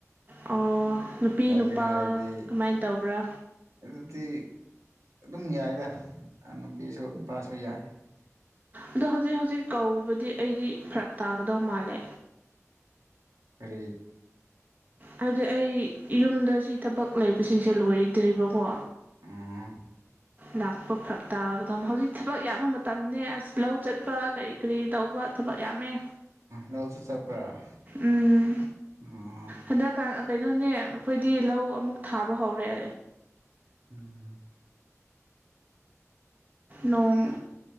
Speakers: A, on the right (about 35°); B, on the right (about 70°).
A: ꯑꯣ ꯅꯨꯄꯤ
B: ꯇꯧꯒꯦ
A: ꯅꯨꯄꯥ
B: ꯍꯥꯏꯔꯗꯤ
A: ꯀꯃꯥꯏꯅ ꯇꯧꯕ꯭ꯔꯥ
B: ꯑꯗꯨꯗꯤ ꯑꯗꯨꯝ ꯌꯥꯏꯗ ꯅꯨꯄꯤꯁꯨ ꯅꯨꯄꯥꯁꯨ ꯌꯥꯏ
A: ꯑꯗꯣ ꯍꯧꯖꯤꯛ ꯍꯧꯖꯤꯛ ꯀꯗꯤ ꯑꯩꯗꯤ ꯐꯔꯛ ꯇꯥꯒꯗꯧ ꯃꯥꯜꯂꯦ
B: ꯐꯔꯦꯠ
A: ꯍꯥꯏꯗꯤ ꯑꯩ ꯌꯨꯝꯗ ꯁꯤ ꯊꯕꯛ ꯂꯩꯕꯁꯤꯡꯁꯦ ꯂꯣꯏꯗ꯭ꯔꯤꯕꯀꯣ
B: ꯎꯝ
A: ꯂꯥꯛꯄ ꯐꯔꯛ ꯇꯥꯒꯗ ꯍꯧꯖꯤꯛ ꯊꯕꯛ ꯌꯥꯝꯕ ꯃꯇꯝꯅꯤ ꯑꯁ ꯂꯧ ꯆꯠꯄ ꯀꯔꯤ ꯀꯔꯤ ꯇꯧꯕ ꯊꯕꯛ ꯌꯥꯝꯃꯦ
B: ꯂꯧꯁꯨ ꯆꯠꯄ꯭ꯔꯥ
A: ꯎꯝ
B: ꯑꯣ
A: ꯍꯟꯗꯛꯀꯥꯟ ꯀꯩꯅꯣꯅꯦ ꯑꯩꯈꯣꯏꯗꯤ ꯂꯧ ꯑꯃꯨꯛ ꯊꯥꯕ ꯍꯧꯔꯦ
B: ꯎꯝ
A: ꯅꯣꯡ